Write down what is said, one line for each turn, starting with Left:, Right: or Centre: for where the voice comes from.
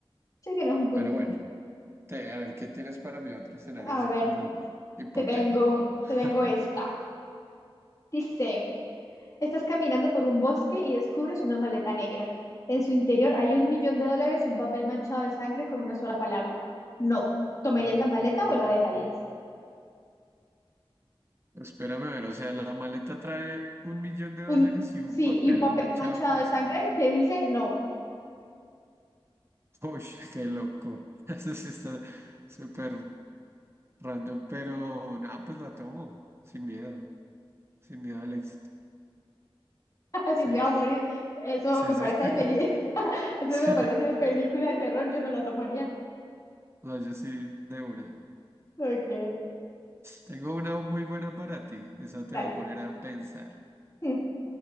Left: Sí, que no es un punto.
Right: pero bueno, te- a ver qué tienes para mi otro escenario
Left: A
Right: así
Left: ver,
Right: como hipotético.
Left: te tengo, te tengo esta.
Right: <laughs>
Left: Dice, estás caminando por un bosque y descubres una maleta negra. En su interior hay un millón de dólares y un papel manchado de sangre con una sola palabra. No. ¿Tomarías la maleta o la dejarías?
Right: Espérame a ver, o sea, la maleta trae un millón de
Left: Un,
Right: dólares y un
Left: sí,
Right: papel
Left: y un papel
Right: manchado
Left: manchado
Right: con
Left: de sangre
Right: sangre.
Left: que dice no.
Right: Uy, qué loco. <laughs> Eso sí está súper random, pero nada, pues la tomo, sin miedo, sin miedo al éxito.
Left: <laughs> Así
Right: Sí,
Left: me va a morir. Eso
Right: sí,
Left: me
Right: sí,
Left: parece de peli. <laughs>
Right: <laughs>
Left: Eso
Right: sí,
Left: me parece de película de terror. Yo no la tomaría.
Right: no, yo sí, de una.
Left: Ok.
Right: Tengo una muy buena para ti, esa te
Left: Dale.
Right: va a poner a pensar.
Left: <laughs> Mm,